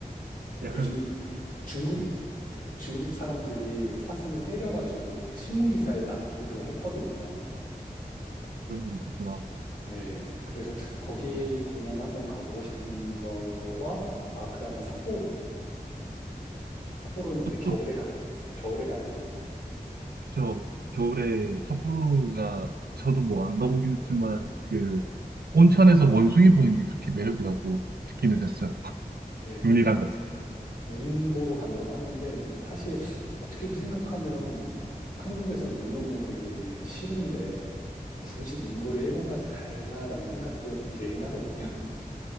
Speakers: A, on the right; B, on the left.
A: 약간,
B: 요즘 중국,
A: 네,
B: 중국 사람들이 사슴을 때려가지고 신문 기사에 났기도 했거든요.
A: 그런 일이 있었구나.
B: 네, 그래서 거기 공원 한번 가보고 싶은 거와, 아, 그 다음에 삿포로. 삿포로는 근데
A: 삿포로.
B: 겨울에 가, 겨울에 가야 되니까.
A: 그쵸. 겨울에 삿포로가 저도 뭐 안 가보긴 했지만 그 온천에서 원숭이 보는 게 그렇게 매력이라고 듣기는 했어요.
B: 네,
A: 눈이랑 같이.
B: 눈 보러 간다고 하는데, 근데 사실 어떻게 생각하면 한국에서 눈 오면 되게 싫은데, 굳이 눈 보러 일본까지 가야 되나라는 생각도 들긴 하거든요. <laughs>